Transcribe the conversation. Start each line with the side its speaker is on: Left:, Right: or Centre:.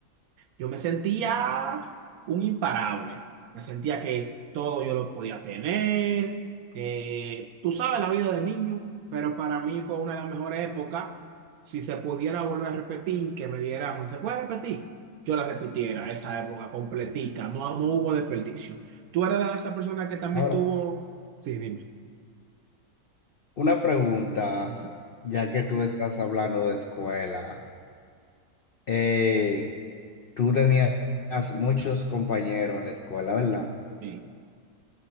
Right: yo me sentía un imparable. Me sentía que todo yo lo podía tener, que tú sabes la vida de niño, pero para mí fue una de las mejores épocas. Si se pudiera volver a repetir, que me dieran, ¿se puede repetir? Yo la repitiera, esa época completica, no, no hubo desperdicio. ¿Tú eras de esa persona que también
Left: Ahora,
Right: tuvo... Sí, dime.
Left: una pregunta,
Right: Ujú.
Left: ya que tú estás hablando de escuela. Eh, tú tenías muchos compañeros en la escuela, ¿verdad?
Right: Sí.